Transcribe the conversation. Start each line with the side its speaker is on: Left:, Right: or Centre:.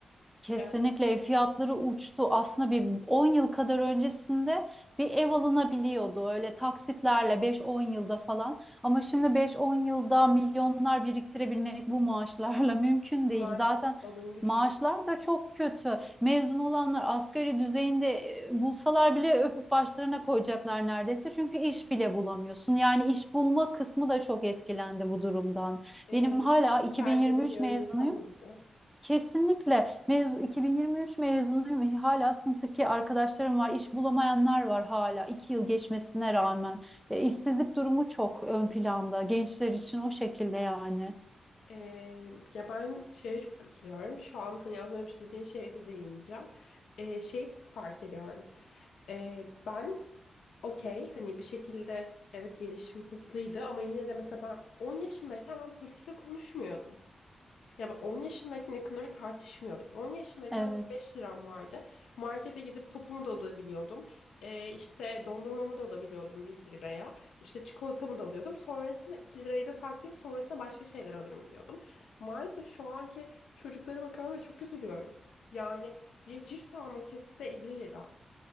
Centre: Kesinlikle
Left: Yani
Centre: ev fiyatları uçtu. Aslında bir 10 yıl kadar öncesinde bir ev alınabiliyordu öyle taksitlerle beş on yılda falan. Ama şimdi beş on yılda milyonlar biriktirebilmek bu maaşlarla <laughs> mümkün değil.
Left: maalesef
Centre: Zaten
Left: alım gücü
Centre: maaşlar
Left: çok kötü.
Centre: da çok kötü. Mezun olanlar asgari düzeyinde e, bulsalar bile öpüp başlarına koyacaklar neredeyse. Çünkü iş bile bulamıyorsun. Yani iş bulma kısmı da çok etkilendi bu durumdan.
Left: Ee,
Centre: Benim hala 2023
Left: belgenin bir
Centre: mezunuyum.
Left: önemi kalmadı.
Centre: Kesinlikle mezun 2023 mezunuyum. Hala sınıftaki arkadaşlarım var, iş bulamayanlar var hala. iki yıl geçmesine rağmen.
Left: Evet.
Centre: E, işsizlik durumu çok ön planda gençler için o şekilde yani.
Left: Ee, ya ben şeye çok üzülüyorum. Şu an hani az önce dediğin şeye de değineceğim. Ee, şeyi fark ediyorum. Ee, ben okey hani bir şekilde evet gelişim hızlıydı ama yine de mesela ben 10 yaşındayken ben politika konuşmuyordum. Ya ben 10 yaşındayken ekonomi tartışmıyordum. 10 yaşındayken
Centre: Evet.
Left: benim 5 liram vardı. Markete gidip topumu da alabiliyordum. Ee, işte dondurmamı da alabiliyordum 1 liraya. İşte çikolatamı da alıyordum. Sonrasında 2 lirayı da saklayayım. Sonrasında başka şeyler alırım diyordum. Maalesef şu anki çocuklara bakıyorum ve çok üzülüyorum. Yani bir cips almak istese 50 lira.